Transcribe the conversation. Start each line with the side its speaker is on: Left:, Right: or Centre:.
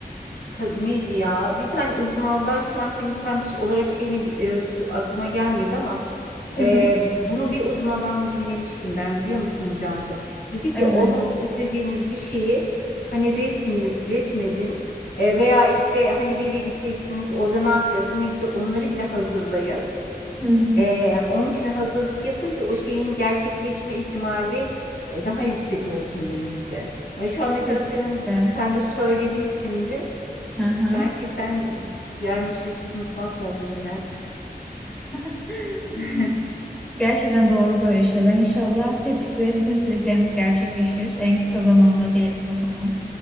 Left: ka- neydi ya bir tane uzmandan şu an hani tam şey olarak şeyini eee, su- aklıma gelmedi ama eee,
Centre: Hı hı.
Left: bunu bir uzmandan dinlemiştim ben biliyor musun Cansu? Dedi
Centre: Evet.
Left: ki olmasını istediğiniz bir şeyi hani resmi resmedin E, veya işte hani bir yere gideceksiniz orada ne yapacaksınız ne gidecek onları bile hazırlayın.
Centre: Hı hı.
Left: Ee, onun için hazırlık yapın ki o şeyin gerçekleşme ihtimali e, daha yüksek olsun demişti. Yani şu an mesela
Centre: Kesinlikle.
Left: senin sen de söyledin şimdi.
Centre: Hı hı.
Left: Gerçekten yani şaşırdım, tuhaf oldum birazcık.
Centre: <laughs>
Left: <laughs>
Centre: Gerçekten doğru böyle şeyler. İnşallah hepsi, bütün istediklerimiz gerçekleşir. En kısa zamanda diyelim o zaman.